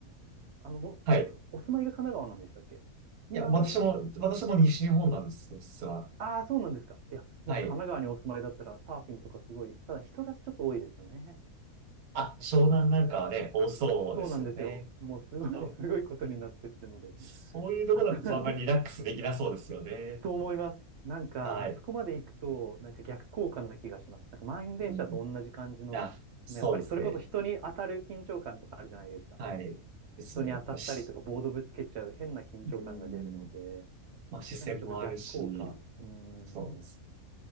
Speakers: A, on the right; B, on the right.
A: あの、も、
B: はい。
A: お住まいが神奈川なんでしたっけ今は、
B: いや、私も、私も西日本なんですよ、実は。
A: ああ、そうなんですか。いや、もし神奈川にお住まいだったら、
B: はい。
A: サーフィンとかすごい、ただ人がちょっと多いですよね。
B: あ、
A: そこだけが
B: 湘南なんかはね、多そうですよね。
A: そうなんですよ。もうすごい、<laughs>
B: そう
A: すごいことになってるので。
B: そういうところだとあんまりリラックスできなそうですよね。
A: あそこ、あそこ、と思います。なんか、
B: はい。
A: あそこまで行くと、なんか逆効果な気がします。なんか満員電車と同じ感じの、
B: うん。あ、そうですね。
A: そのやっぱりそれこそ人に当たる緊張感とかあるじゃないですか。
B: はい。ですね。
A: 人に当たったりとか、
B: まあ、し、
A: ボードぶつけちゃう変な緊張感が出るので、
B: うん。まあ、視線もあるし、
A: なんかちょっと逆効果。うーん。
B: そうです